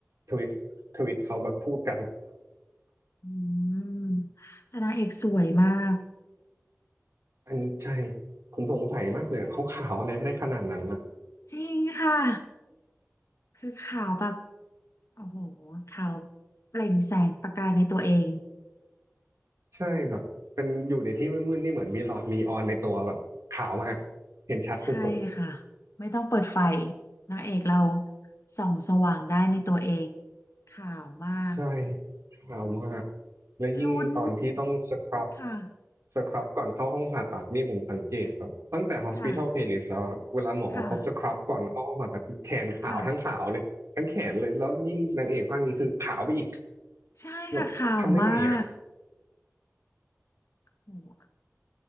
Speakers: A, on the right; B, on the left.
A: ทวิตทวิตเขาแบบพูดกัน
B: อืมแต่นางเอกสวยมาก
A: อันนี้ใช่ผมสงสัยมากเลยอะเขาขาวอะไรได้ขนาดนั้นนะ
B: จริงค่ะคือขาวแบบโอ้โหขาวเปล่งแสงประกายในตัวเอง
A: ใช่แบบเป็นอยู่ในที่มืดๆนี่เหมือนมีหลอดนีออนในตัวแบบขาวมากเห็นชัดสุด
B: ใช่ค่ะไม่ต้องเปิดไฟนางเอกเราส่องสว่างได้ในตัวเองขาวมาก
A: ใช่ขาวมาก และยิ่งตอนที่ต้องสครับ
B: ลุ้นค่ะ
A: สครับก่อนเข้าห้องผ่าตัดนี่ผมสังเกตแบบตั้งแต่ hospital
B: ค่ะ
A: playlist แล้วอะครับ เวลาหมอเขาสครับก่อนเข้าห้องผ่าตัดคือแขนขาวทั้งขาวเลย
B: ค่ะค่ะ
A: ทั้งแขนเลย แล้วยิ่งนางเอกภาคนี้คือขาวไปอีก
B: ใช่ค่ะขาวมาก
A: แบบทำได้ไงอ่ะ
B: โอ้โห